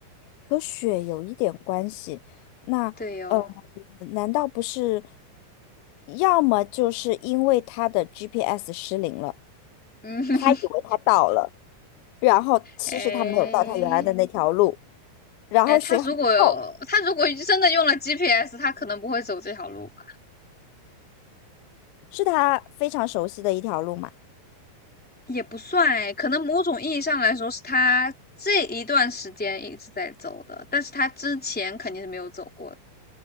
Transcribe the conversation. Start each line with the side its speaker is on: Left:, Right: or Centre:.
Left: 和雪有一点关系。那呃，
Centre: 对哟、哦，
Left: 难道不是？要么就是因为他的 GPS 失灵了，
Centre: 嗯，<laughs>
Left: 他以为他到了，然后其实他没有到他原来的那条路，
Centre: 哎，
Left: 然后雪很厚，
Centre: 哎，他如果他如果真的用了 GPS，他可能不会走这条路吧？
Left: 是他非常熟悉的一条路嘛。
Centre: 也不算哎，可能某种意义上来说是他这一段时间一直在走的，但是他之前肯定是没有走过的。